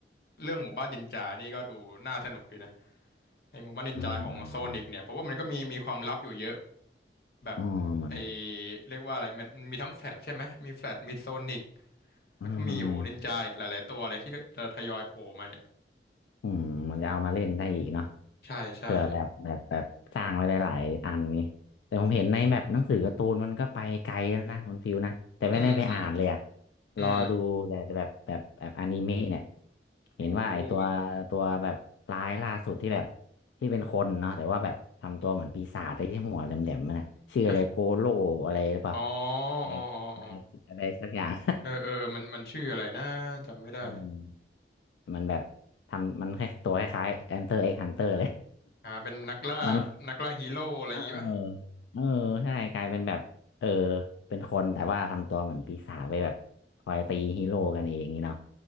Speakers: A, on the left (about 60°); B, on the left (about 80°).
A: เรื่องหมู่บ้านนินจานี่ก็ดูน่าสนุกดีนะไอหมู่บ้านนินจาของโซนิกเนี่ยเพราะว่ามันก็มีมีความลับอยู่เยอะ
B: มอืมใช่
A: แบบ
B: อ๋อเหมือน
A: ไอเรียกว่าอะไรมันมันมีทั้งแฟลชใช่ไหมมีแฟลชมีโซนิกแล้วก็มีโหนินจาอีกหลายๆตัวเลยที่จะทยอยโผล่มาเนี่ย
B: อืมอืมอืมเหมือนจะเอามาเล่นได้อีกเนาะ
A: ใช่ใช่
B: เผื่อแบบแบบแบบสร้างไว้หลายๆอันนี้แต่ผมเห็นในแบบหนังสือการ์ตูนมันก็ไปไกลแล้วนะคุณฟิวนะแต่ไม่ได้ไปอ่านเลยอะ
A: อืมอืมอืม
B: รอดูแต่แบบแบบแบบอนิเมะเนี่ยเห็นว่าไอตัวตัวแบบร้ายล่าสุดที่แบบ
A: โอ้
B: ที่เป็นคนเนาะแต่ว่าแบบทำตัวเหมือนปีศาจไอ้ที่หัวแหลมๆมันนะชื่ออะไรโกโลอะไรหรือเปล่า
A: ฮะอ๋อ
B: อะไร
A: อ๋ออ๋ออ๋อ
B: อะไรสักอย่าง
A: เออเออเออมันมันชื่ออะไรนะจำไม่ได้
B: <laughs> อืมมันแบบทำมันแค่ตัวคล้ายๆ Enter X Hunter เลย
A: อ่าเป็นนักล่านักล่าฮีโร่อะไรอย่างงี้ป่ะ
B: <laughs> มัน เออเออใช่กลายเป็นแบบ เออเป็นคนแต่ว่าทำตัวเหมือนปีศาจไปแบบคอยตีฮีโร่กันเองนี่เนาะ